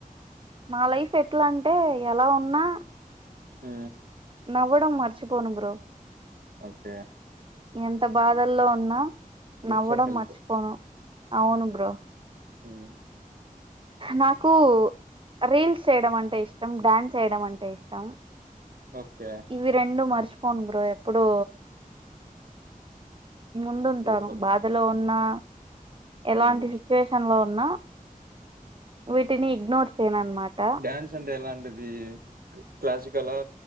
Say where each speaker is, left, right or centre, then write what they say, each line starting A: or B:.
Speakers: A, on the right; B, on the right.
A: మా లైఫు ఎట్లా అంటే ఎలా ఉన్నా
B: మ్
A: నవ్వడం మర్చిపోను బ్రో
B: ఒకే
A: ఎంత బాధల్లో ఉన్నా
B: గుడ్
A: నవ్వడం
B: ఫర్ హెల్త్
A: మర్చిపోను అవును బ్రో
B: మ్
A: నాకు రీల్స్ చేయడం అంటే ఇష్టం డాన్స్ ఏయడం అంటే ఇష్టం
B: ఓకే
A: ఇవి రెండు మర్చ్ చ్ పోన్ బ్రో ఎప్పుడు ముందుంటారు
B: సూపర్
A: బాధలో ఉన్నా ఎలాంటి
B: మ్మ్
A: సిచ్యువేషన్ లో ఉన్నా వీటిని ఇగ్నోర్ చేయను అనమాట
B: డ్యాన్స్ అంటే ఎలంటిది క్లాసికల్ ఆ